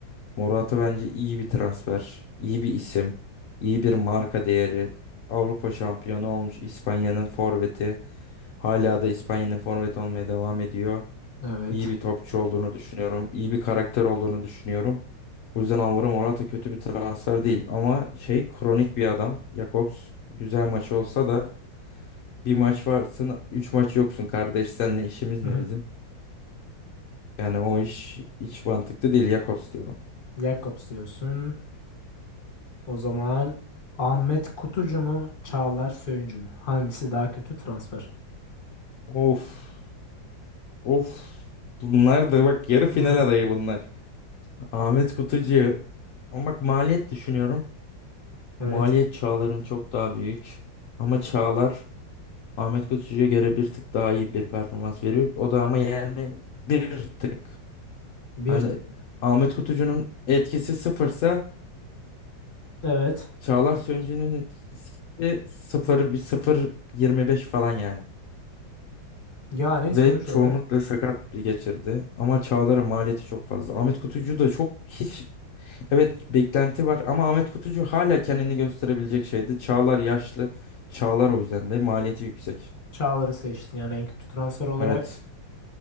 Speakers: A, on the left; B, on the left.
A: Morata bence iyi bir transfer, iyi bir isim, iyi bir marka değeri. Avrupa şampiyonu olmuş İspanya'nın forveti. Hala da İspanya'nın forveti olmaya devam ediyor.
B: Evet.
A: İyi bir topçu olduğunu düşünüyorum. iyi bir karakter olduğunu düşünüyorum. O yüzden Alvaro Morata kötü bir transfer değil ama şey kronik bir adam. Jakobs güzel maçı olsa da bir maç varsın, üç maç yoksun kardeş. Seninle işimiz
B: Hı
A: ne
B: hı.
A: bizim? Yani o iş hiç mantıklı değil Jakobs diyorum.
B: Jakobs diyorsun. O zaman Ahmet Kutucu mu? Çağlar Söyüncü mü? Hangisi daha kötü transfer?
A: Of. Of. Bunlar da bak yarı
B: Hı
A: final
B: hı.
A: adayı bunlar. Ahmet Kutucu. Ama bak maliyet düşünüyorum.
B: Evet.
A: Maliyet Çağlar'ın çok daha büyük. Ama Çağlar Ahmet Kutucu'ya göre bir tık daha iyi bir performans veriyor. O da ama yani bir tık.
B: Bir
A: Hani
B: tekrar.
A: Ahmet Kutucu'nun etkisi sıfırsa
B: Evet.
A: Çağlar Söncü'nün etkisi sıfır bir sıfır 25 falan yani.
B: Yani
A: Ve
B: sonuç
A: çoğunlukla
B: olarak
A: sakat bir geçirdi. Ama Çağlar'ın maliyeti çok fazla. Ahmet Kutucu da çok hiç Evet beklenti var ama Ahmet Kutucu hala kendini gösterebilecek şeydi. Çağlar yaşlı. Çağlar o yüzden de maliyeti yüksek.
B: Çağlar'ı seçtin yani en kötü transfer olarak.
A: Evet.